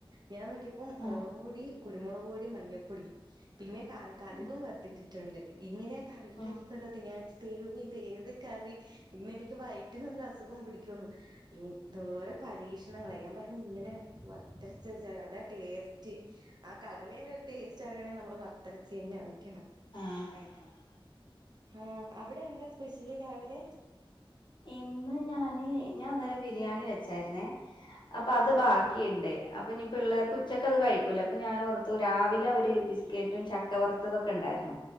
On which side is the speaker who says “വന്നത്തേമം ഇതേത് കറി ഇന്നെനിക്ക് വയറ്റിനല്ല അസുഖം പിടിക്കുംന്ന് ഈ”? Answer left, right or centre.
Right